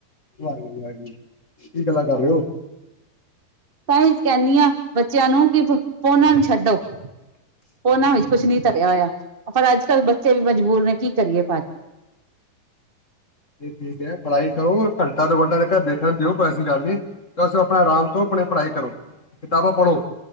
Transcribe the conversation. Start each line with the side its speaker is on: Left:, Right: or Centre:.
Left: ਵਾਹਿਗੁਰੂ-ਵਾਹਿਗੁਰੂ, ਕੀ ਗੱਲਾਂ ਕਰ ਰਹੇ ਹੋ?
Right: ਤਾਂਹੀ ਕਹਿੰਨੀ ਆਂ ਬੱਚਿਆਂ ਨੂੰ ਕਿ ਫੋਨਾਂ ਨੂੰ ਛੱਡੋ। ਉਹਨਾਂ ਵਿੱਚ ਕੁਛ ਨੀ ਧਰਿਆ ਹੋਇਆ, ਪਰ ਅੱਜ ਕੱਲ੍ਹ ਬੱਚੇ ਵੀ ਮਜਬੂਰ ਨੇ ਕੀ ਕਰੀਏ ਭਾਜੀ।
Left: ਇਹ ਠੀਕ ਹੈ ਪੜ੍ਹਾਈ ਕਰੋ ਘੰਟਾ ਦੋ ਘੰਟਾ ਦੇ ਦੇਖਣ ਨੂੰ ਦਿਓ, ਕੋਈ ਐਸੀ ਗੱਲ ਨਹੀਂ ਬਸ ਆਪਣਾ ਆਰਾਮ ਕਰੋ, ਆਪਣੀ ਪੜ੍ਹਾਈ ਕਰੋ, ਕਿਤਾਬਾਂ ਪੜ੍ਹੋ,